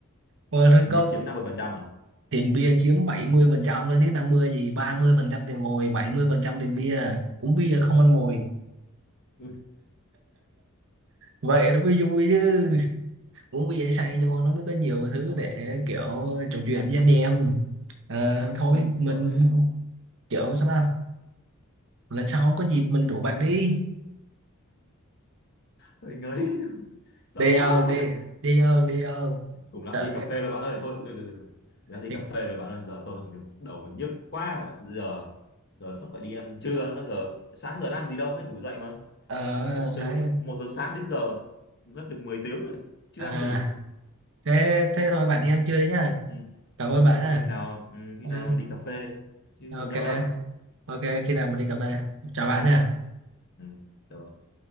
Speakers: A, on the right; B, on the left.
A: Mà
B: đến
A: có
B: bia chiếm năm mươi phần trăm à
A: tiền bia chiếm 70% đó chứ 50 gì 30% tiền mồi 70% tiền bia uống bia không ăn mồi
B: Ui,
A: vậy nó mới vui chứ uống bia say vô nó mới có nhiều thứ để kiểu trò chuyện với anh em Ờ, thôi mình
B: sợ <laughs> ơi
A: kiểu sao ta lần sau có dịp mình rủ bạn đi
B: Ôi, ngấy <laughs> sợ
A: đi đâu
B: quá
A: đi
B: rồi
A: đi đâu đi đâu
B: cùng
A: sợ
B: lắm đi cà
A: kìa
B: phê rồi bạn ơi thôi được, được, được. Đã đi
A: Đi-
B: cà phê rồi bạn ơi giờ tôi đầu còn nhức quá giờ giờ sắp phải đi ăn trưa nữa giờ sáng giờ đã ăn gì đâu mới ngủ dậy mà
A: ờ
B: ngất từ
A: sáng
B: một giờ sáng đến giờ ngất được 10 tiếng rồi chưa
A: à
B: ăn gì
A: thế thế thôi bạn đi ăn trưa đi nhá
B: ừ.
A: cảm ơn bạn
B: Thôi
A: nha
B: khi nào ừ, khi
A: ừ,
B: nào đi cà phê chứ
A: ok
B: không nhậu đâu
A: ok khi nào mình đi cà phê chào bạn nha
B: ừ. được rồi.